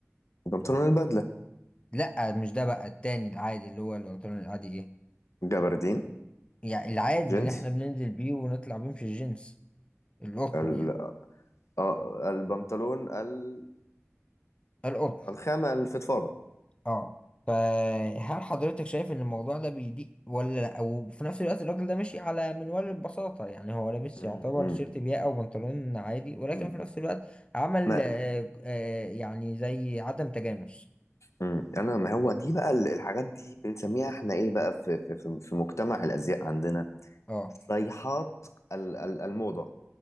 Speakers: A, on the left (about 75°); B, on the left (about 20°).
A: البنطلون البدلة
B: لا مش ده بقى التاني العادي اللي هو البنطلون العادي ايه
A: جبردين
B: يعني العادي
A: جينز
B: اللي احنا بننزل بيه ونطلع بيه مش الجنس القطن
A: ال
B: يعني
A: آه، البنطلون ال-
B: القطن
A: الخامة الفضفاضة
B: اه فهل حضرتك شايف ان الموضوع ده بيضيق ولا لا وفي نفس الوقت الراجل ده ماشي على منوال البساطة يعني هو لابس
A: م-
B: يعتبر
A: م-
B: تيشيرت بياقة او بنطلون عادي ولكن
A: م.
B: في نفس الوقت عمل
A: ما
B: آه آه يعني زي عدم تجانس
A: امم انا ما هو دي بقى ال- الحاجات دي بنسميها احنا ايه بقى في في في في مجتمع الازياء عندنا
B: اه
A: صيحات ال- ال- الموضه